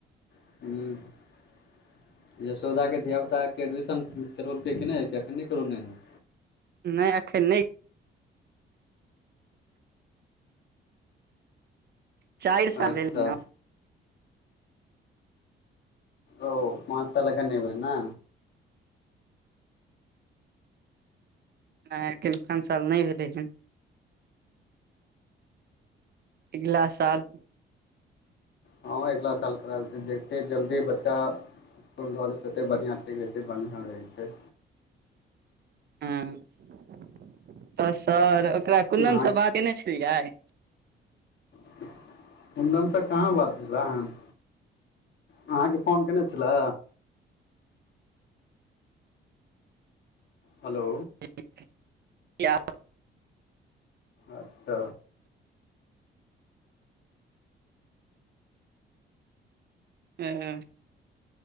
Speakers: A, on the left (about 60°); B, on the right (about 55°).
A: <unintelligible> यसौदा केँ धियापुता केँ एडमिशन करैलकै कि नै ह कि एखन नै करौने है
B: नै अखैन नै चाइर साल
A: अच्छा
B: भैले न
A: ओ पाँच साल अखैन नै भेलै ना
B: नै एखैन पाँच साल नै भेलै हन ऐगिला साल
A: हँ ऐगिला साल करा दैतै जते जल्दी बच्चा इसकुल धऽ लै छै ओते बढ़िआँ छैबै छै बढ़िआँ रहै छै
B: ह <unintelligible> तऽ सर ओकरा कुन्दनसँ
A: अहाँ
B: बातेने छलियै
A: <inaudible> कुन्दन से कहाँ बात भेला हन अहाँकेँ फोन कने छलै हेलो
B: <unintelligible>
A: अच्छ
B: <unintelligible>